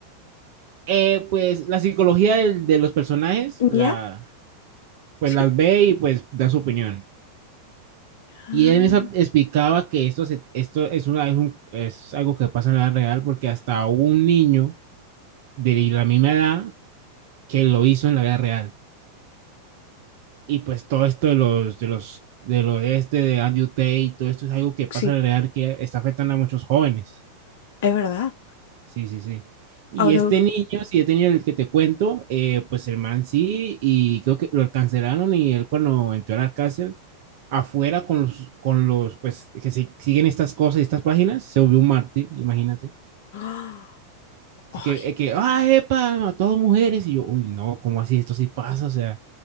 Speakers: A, on the right; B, on the left.
A: Eh, pues la psicología del- de los personajes, la,
B: ¿Ya?
A: pues
B: Sí.
A: las ve y pues da su opinión.
B: Ah,
A: Y él en eso explicaba que esto, se- esto es, una, es, un- es algo que pasa en la vida real porque hasta un niño de la misma edad que lo hizo en la vida real. Y pues todo esto de los, de los, del oeste, de este, de Andrew Tate, y todo esto es algo que pasa
B: sí,
A: en la realidad que está afectando a muchos jóvenes.
B: es verdad.
A: Sí, sí, sí. Y
B: Ahora,
A: este niño, si he tenido el que te cuento, eh, pues el man sí, y creo que lo cancelaron y él cuando entró a la cárcel, afuera con los, con los, pues, que se, siguen estas cosas y estas páginas, se volvió un mártir, imagínate.
B: ¡Ah!
A: Así
B: ay,
A: que, eh, que, ah, epa, mató a dos mujeres, y yo, uy, no, ¿cómo así? Esto sí pasa, o sea,